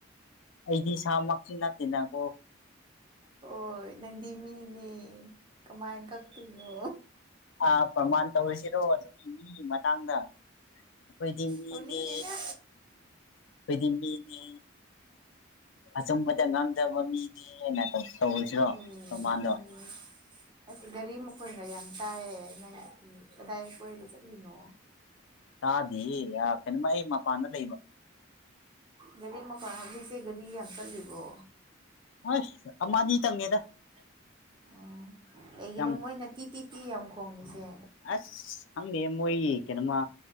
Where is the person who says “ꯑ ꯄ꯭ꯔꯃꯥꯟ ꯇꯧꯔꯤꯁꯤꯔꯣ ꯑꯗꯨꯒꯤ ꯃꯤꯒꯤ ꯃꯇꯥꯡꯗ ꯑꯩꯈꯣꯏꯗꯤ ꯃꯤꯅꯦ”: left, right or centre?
Left